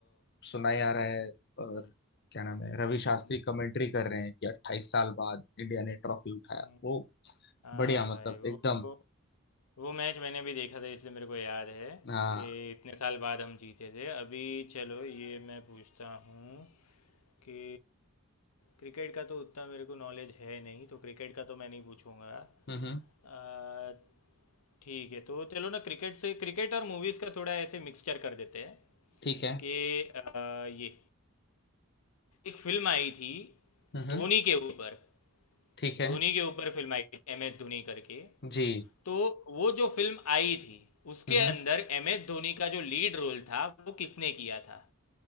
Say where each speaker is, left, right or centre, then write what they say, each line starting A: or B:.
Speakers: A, on the left; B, on the left.
A: सुनाई आ रहा है और क्या नाम है रवि शास्त्री
B: हम्म,
A: कमेंट्री कर रहे हैं कि 28 साल बाद इंडिया ने ट्रॉफी उठाया
B: हम्म,
A: वो
B: हाँ
A: बढ़िया
B: भाई
A: मतलब
B: वो
A: एकदम
B: वो मैच मैंने भी देखा था इसलिए मेरे को याद है
A: हाँ
B: कि इतने साल बाद हम जीते थे अभी चलो ये मैं पूछता हूँ कि क्रिकेट का तो उतना मेरे को नॉलेज है नहीं तो क्रिकेट का तो मैं नहीं पूछूंगा
A: हम्म हम्म,
B: अ, ठीक है तो चलो ना क्रिकेट से क्रिकेट और मूवीज़ का थोड़ा ऐसे मिक्सचर कर देते हैं
A: ठीक है
B: कि अ, ये एक फिल्म आई थी
A: हम्म हम्म,
B: धोनी के ऊपर
A: ठीक है
B: धोनी के ऊपर फिल्म आई थी एम एस धोनी करके
A: जी
B: तो वो जो फिल्म आई थी उसके
A: हम्म हम्म,
B: अंदर एम एस धोनी का जो लीड रोल था वो किसने किया था